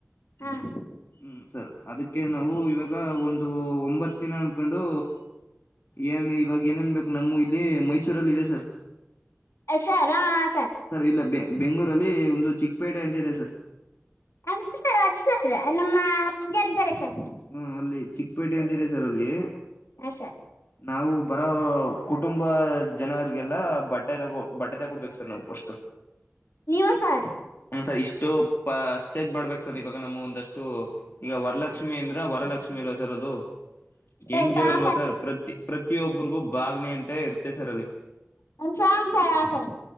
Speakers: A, on the left; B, on the left.
A: ಹಾಂ
B: ಹ್ಮ ಸರ್ ಅದಕ್ಕೆ ನಾವು ಇವಾಗ ಒ ಒಂದು ಒಂಬತ್ ದಿನ ಕೊಂಡು ಏನ್ ಇವಾಗ ಏನೇನ್ ಬೇಕು ನಮ್ಮ ಇಲ್ಲಿ ಮೈಸೂರಲ್ಲಿ ಇದೆ ಸರ್.
A: ಹ ಸರ್ ಹಾ ಹಾ ಸರ್.
B: ಇಲ್ಲ ಬೆ ಬೆಂಗಳೂರಲ್ಲಿ ಒಂದು ಚಿಕ್ಕಪೇಟೆ ಅಂತ ಇದೆ ಸರ್.
A: <unintelligible> ಸರ್ ನಮ್ಮ <unintelligible> ರಿದ್ದಾರೆ ಸರ್.
B: ಹ್ಮ್ ಅಲ್ಲಿ ಚಿಕ್ಕಪೇಟೆ ಅಂತ ಇದೆ ಸರ್ ಅಲ್ಲಿ.
A: ಹ ಸರ್
B: ನಾವು ಬರೋ ಕುಟುಂಬ ಜನರಿಗೆಲ್ಲ ಬಟ್ಟೆ ತಗೊ ಬಟ್ಟೆ ತಗೊಡ್ಬೇಕು ಸರ್ ನಾವು ಫಸ್ಟ್.
A: ನೀವು ಸಾರ್.
B: ಹ್ಮ ಸರ್ ಇಷ್ಟು ಪಚೇಜ್ ಮಾಡ್ಬೇಕು ಸರ್ ಇವಾಗ ನಮ್ಮ್ ಒಂದಷ್ಟು ಈಗ ವರ್ಲಕ್ ಕ್ಷ್ಮಿ ಅಂದ್ರ ವರಲಕ್ಷ್ಮಿ ಅಲ್ವಾ ಸರ್ ಅದು ಹೆಣ್ಣ್
A: ಎಸ್
B: ದೆವರಲ್ವಾ
A: ಹಾಂ
B: ಸರ್ ಪ್ರತಿ ಪ್ರತ್ ಪ್ರತಿಯೊಬ್ಬರಿಗೂ ಬಾಗ್ನೆ ಅಂತ ಇರ್ತೆ ಸರ್ ಅಲ್ಲಿ
A: ಹುಂ ಸಾ ಹುಂ ಸಾ ಹಾ ಸರ